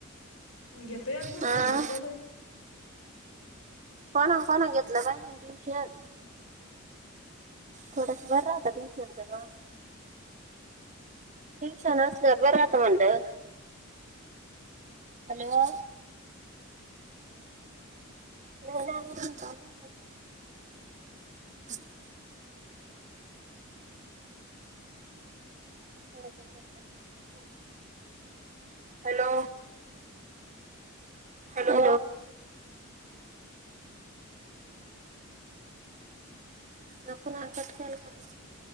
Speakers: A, on the left; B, on the right.
A: घेतो एक जण
B: हा
A: खुद जतवालं हाय
B: कोणा कोणा घेतलं बाय, ट्यूशन थोडास बर राहताती ट्युशन नवं ट्युशनाच असलं बर राहता म्हणलं हॅलो नाही म्हणतालं <inaudible> <inaudible> हॅलो... हॅलो नको ना कट करायचा कसा?